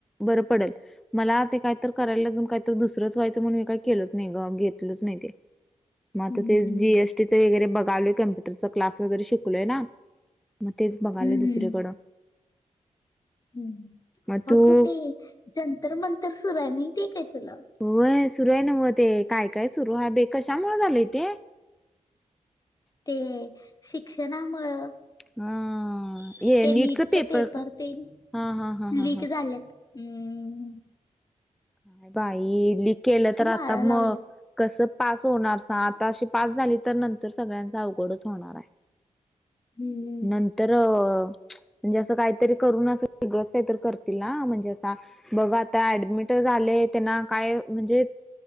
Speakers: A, in the centre; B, on the left.
A: बरं पडेल मला ते काही तर करायला जाऊन काही तर दुसरंच व्हायचं म्हणून केलोच नाही ग, घेतलच नाही ते मग आ
B: हम्म,
A: ते जीएस टी च वगैरे बघालोय कम्प्युटरच क्लास वगैरे शिकलोय ना. म तेच बघालोय
B: हम्म,
A: दुसरीकडं.
B: हम्म
A: मग तू
B: अगं ते जंतर मंतर सुरू आह माहितेय काय तुला?
A: व्हय सुरू हाय नव्ह ते, काय- काय सुरू आहे बाय कशामुळे झालय ते?
B: ते शिक्षणामुळं.
A: हा
B: <inaudible>
A: हे
B: ते नीटच पेपर
A: का
B: तेन
A: हा हा हा हा
B: लीक
A: हा हा
B: झाल्यात. अम्......
A: काय बाई लीक केलं तर
B: मारा
A: आता
B: लागलं
A: म कस पास होणार सा- आता अशी पास झाली तर नंतर सगळ्यांच अवघडच होणाराय. <inaudible>
B: हम्म
A: नंतर... <inaudible> म्हणजे असं काहीतरी करून अस वेगळंच कायतर करतील ना. म्हणजे आता बघ आता ऍडमिट ट झालय त्यांना काय? म्हणजे,